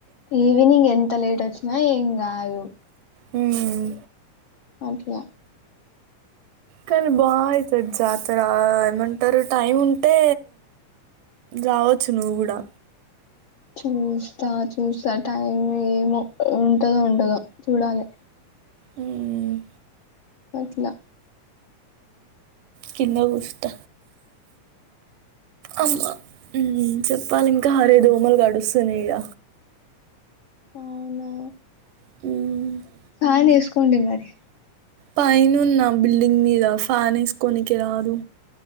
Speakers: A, on the left (about 80°); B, on the right (about 80°).
A: ఈవినింగ్ ఎంత లేటోచ్చినా ఏం గాదు.
B: మ్మ్.
A: ఓకే.
B: కానీ బాగయితది జాతర ఏమంటరు టైముంటే రావచ్చు నువ్వు కూడా
A: చూస్తా చూస్తా టైం ఏమో ఉంటదో ఉండదో చూడాలి.
B: మ్.
A: అట్లా
B: కింద కుసుంట అమ్మ. మ్ చెప్పాలి ఇంకా హరే దోమలు గడుస్తునయ్ ఇడ
A: అవునా
B: మ్
A: ఫ్యాన్ వేసుకోండి మరి
B: పైనున్న బిల్డింగ్ మీద ఫ్యానేసుకోనికి రాదు.